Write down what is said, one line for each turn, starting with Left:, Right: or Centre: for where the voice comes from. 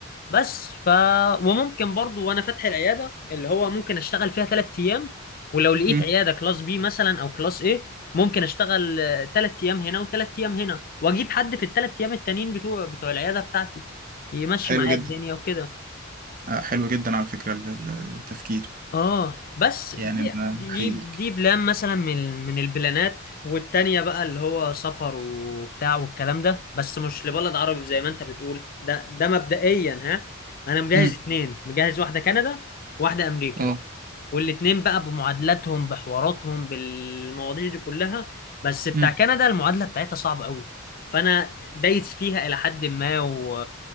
Left: بس ف وممكن برضو وانا فاتح العياده اللي هو ممكن اشتغل فيها ثلاث ايام ولو لقيت
Right: امم
Left: عياده كلاس بي مثلا او كلاس ايه ممكن اشتغل ثلاث ايام هنا وثلاث ايام هنا واجيب حد في الثلاث ايام التانيين بتوع بتوع العياده بتاعتي يمشي
Right: حلو
Left: معايا
Right: جدا
Left: الدنيا وكده
Right: آه، حلو جدا على فكرة ال- ال- التفكير
Left: اه بس دي
Right: يعني أنا
Left: دي
Right: بحييك
Left: دي بلان مثلا من من البلانات والتانية بقى اللي هو سفر وبتاع والكلام ده بس مش لبلد عربي زي ما انت بتقول ده ده مبدئيا ها انا مجهز
Right: امم
Left: اتنين مجهز واحدة كندا وواحدة امريكا
Right: اه
Left: والاتنين بقى بمعادلاتهم بحواراتهم بالمواضيع دي كلها بس بتاع
Right: امم
Left: كندا المعادلة بتاعتها صعبة قوي فانا دايس فيها الى حد ما و...